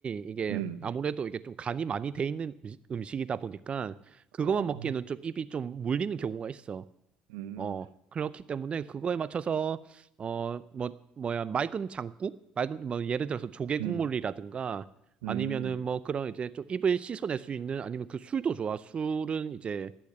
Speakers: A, on the right; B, on the right.
A: 이게
B: 음,
A: 아무래도 이게 좀 간이 많이 돼 있는 음식- 음식이다 보니까 그것만
B: 아,
A: 먹기에는 좀 입이 좀 물리는 경우가 있어.
B: 음,
A: 어, 그렇기 때문에 그거에 맞춰서, 어, 뭐, 뭐야, 맑은 장국? 맑은, 뭐, 예를 들어서 조개
B: 음,
A: 국물이라든가,
B: 음.
A: 아니면은 뭐 그런 이제 좀 입을 씻어낼 수 있는, 아니면 그 술도 좋아. 술은 이제,